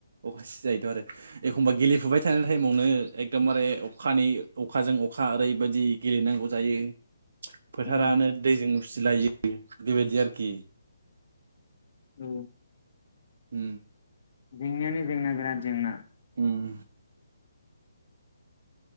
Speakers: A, on the right; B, on the left.
A: अखा सिजायोथ आरो एखमबा गेलेफुबाय थानाय टाइमावनो एकदमबारे अखानि अखाजों अखा ओरैबायदि गेलेनांगौ जायो फोथारानो
B: उम
A: दैजों उसिलायो बेबायदि आरोखि
B: औ
A: उम
B: जेंनायानो जेंना बिराद जेंना
A: उम